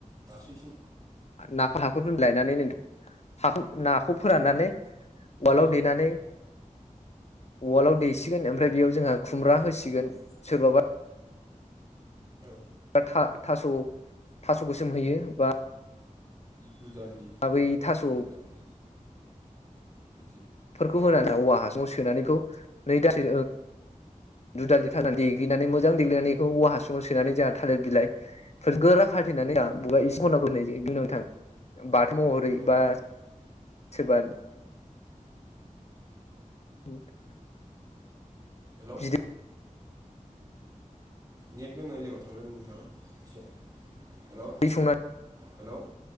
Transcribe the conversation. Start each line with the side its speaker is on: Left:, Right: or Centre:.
Right: गासैसिम
Left: ना हाखौरफोरनिफ्राय लायनानै नोंथ हाखौ नाखौ फोराननानै उवालाव
Right: औ
Left: देनानै उवालाव
Right: औ
Left: देसिगोन ओमफ्राय बेयाव जोंहा खुमब्रा
Right: औ
Left: होसिगोन सोरबाबा
Right: औ
Left: थास' थास'खौ सोमहयो बा
Right: दु दालि
Left: बै थास'फोरखौ
Right: थास' दु दालि गिदिर
Left: फोरखौ होनानै औवा हासुाव सोनानैखौ नै दास दुधालि थाल देग्लिनानै मोजां देग्लिनानै बेखौ औवा हासुङाव सोनानै जोंहा थालिर बिलाइ फोर गोरा खाथेनानै <unintelligible> इसे उनाव होनाय जायो बेनि उनाव नोथां बाथौ महरै
Right: औ
Left: बा
Right: औ
Left: सोरबा <inaudible>
Right: हेल'।
Left: बिदै
Right: नेट गनाय जायगायाव थालोन नोंथाङा एसे हेल'
Left: बे संनाय
Right: हेल'।